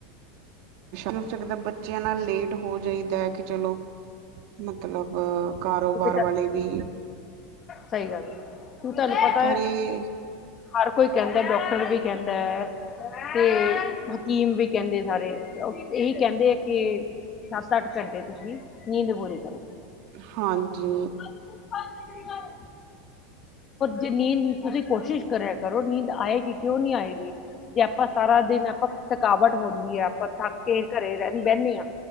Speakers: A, on the right (about 50°); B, on the left (about 25°).
A: ਹੋ ਸਕਦਾ ਬੱਚਿਆਂ ਨਾਲ ਲੇਟ ਹੋ ਜਾਈਦਾ ਹੈ ਕਿ ਚਲੋ ਮਤਲਬ ਕਾਰੋਬਾਰ
B: ਕਿਉਂਕਿ ਤੁਹਾਨੂੰ
A: ਵਾਲੇ ਵੀ
B: ਸਹੀ ਗੱਲ ਹੈ, ਤੁਹਾਨੂੰ ਪਤਾ
A: ਪਰ
B: ਹੈ
A: ਇਹ
B: ਹਰ ਕੋਈ ਕਹਿੰਦਾ, ਡਾਕਟਰ ਵੀ ਕਹਿੰਦਾ ਹੈ ਤੇ ਹਕੀਮ ਵੀ ਕਹਿੰਦੇ ਸਾਰੇ ਇਹੀ ਕਹਿੰਦੇ ਆ ਕੇ ਸੱਤ- ਅੱਠ ਘੰਟੇ ਤੁਸੀਂ ਨੀਂਦ ਪੂਰੀ ਕਰੋ
A: ਹਾਂਜੀ
B: ਕਰ ਜੇ ਨੀਂਦ ਤੁਸੀਂ ਕੋਸ਼ਿਸ਼ ਕਰਿਆ ਕਰੋ ਨੀਂਦ ਆਏਗੀ ਕਿਉਂ ਨਹੀਂ ਆਏਗੀ ਜੇ ਆਪਾਂ ਸਾਰਾ ਦਿਨ ਆਪਾਂ ਥਕਾਵਟ ਹੁੰਦੀ ਹੈ ਆਪਾਂ ਥੱਕ ਕੇ ਘਰੇ ਰਹ ਬਹਿੰਦੇ ਹਾਂ